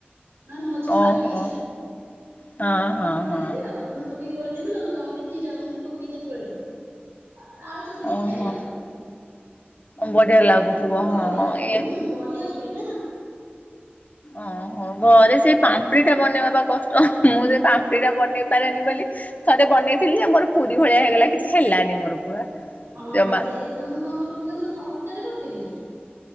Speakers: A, on the right; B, on the left.
A: ନହେନେ ମଝିରୁ
B: ଓହୋ
A: କାଟିକି ଛାଡିଦେବି।
B: ହଁ ହଁ
A: ଆଉ ଗୋଳେଇଦେବି
B: ହଁ
A: ଆଉ ଲୁଣ ପକେଇ କି ଗୋଳେଇ ଦେମି ନଙ୍କାଗୁଣ୍ଡି ଜିରାଗୁଣ୍ଡି ପକେଇ ତାକୁଗୋଳେଇଦେବି। ତାପରେ ଆଳୁ ଚକଟି
B: ଓହୋ।
A: ଖାଏ ଆଉ।
B: ବଢିଆ ଲାଗୁଥିବ
A: ବଢିଆ
B: ହଁ
A: ହୁଁ।
B: ଏ
A: ବଢ଼ିଆ ହୁଏ ନା।
B: ଓଁହୋ ଘରେ ସେଇ ପାମ୍ପୁଡି ଟା ବନେଇବା ବା କଷ୍ଟ ମୁଁ ସେ ପାମ୍ପୁଡି ଟା ବନେଇ ପାରେନି ବୋଲି ଥରେ ବନେଇଥିଲି ଯେ ମୋର ପୁରୀ ଭଳିଆ ହେଇଗଲା କିଛି ହେଲାନି ମୋର ପୁରା
A: ହଁ
B: ଜମା
A: ସେଇଟା ତମେ କଣ କରୁଥିବ କହିଲ ଅଟାରେ କରୁଥିଲ କି?